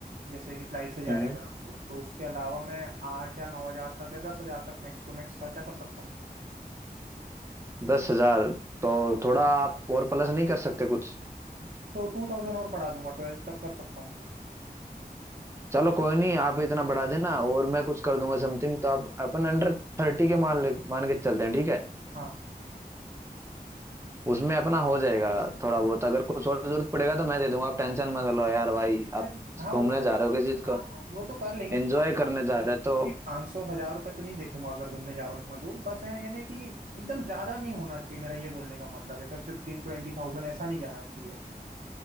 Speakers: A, on the right (about 60°); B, on the right (about 15°).
A: जैसे कि फ्लाइट से जा
B: हम्म
A: रहे हैं अगर हमको तो उसके अलावा मैं आठ या नौ हज़ार तक या दस हज़ार तक मैक्स टू मैक्स खर्चा कर सकता
B: दस हजार तो थोड़ा आप और प्लस नहीं कर सकते कुछ
A: तो टू थाउजेंड और बढ़ा दूंगा ट्वेल्थ तक कर सकता हूँ
B: चलो कोई नहीं आप इतना बढ़ा देना और मैं कुछ कर दूंगा समथिंग तो आप अपन अंडर थर्टी के मान ले- मान के चलते हैं ठीक है
A: हाँ
B: उसमें अपना हो जाएगा थोड़ा बहुत अगर कुछ और जरूरत पड़ेगा तो मैं दे दूंगा आप टेंशन मत लो यार भाई आप
A: अरे हाँ
B: घूमने
A: वो तो
B: जा रहे हो किस चीज
A: हाँ
B: को
A: हाँ वो तो कर लेंगे
B: एंजॉय
A: तो आपकी
B: करने जा रहे हो तो
A: पाँच सौ हजार रुपये तो नहीं देखूंगा अगर घूमने जा रहा हूँ इतना दूर बस है यानी कि एकदम ज्यादा नहीं होना चाहिए मेरा ये बोलने का मतलब है सर फिफ्टीन ट्वेंटी थाउजेंड ऐसा नहीं जाना चाहिए